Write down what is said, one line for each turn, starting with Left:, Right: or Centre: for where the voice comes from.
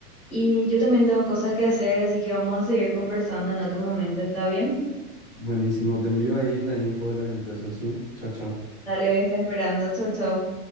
Centre: y yo también tengo cosas que hacer, así que vamos a seguir conversando en otro momento, ¿está bien?
Left: Buenísimo, te envío ahí la info de las empresas, ¿sí? Chao, chao.
Centre: Dale, voy a estar esperando. Chau, chau.